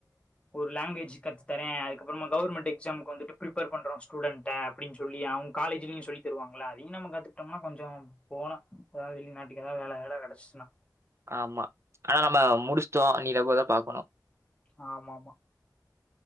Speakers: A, on the left (about 15°); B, on the right (about 35°).
A: ஒரு லாங்வேஜ் கத்து தரே அதுக்கப்புறமா கவர்மெண்ட் எக்ஸாம்க்கு வந்துட்டு பிரிப்பேர் பண்றோ ஸ்டுடென்ட் க அப்டின் சொல்லி அவுங் காலேஜ்லையு சொல்லி தருவாங்ளா அதையும் நம்ம கத்துட்டோம்னா கொஞ்சோ போலா எதா வெளி நாட்டுக்கு ஏதாது வேற வேல கெடைச்சி சின்னா
B: ஆமா ஆனா நம்ம முடிச்சுட்டோ இனி போய்தா பாக்கணு
A: ஆமா ஆமா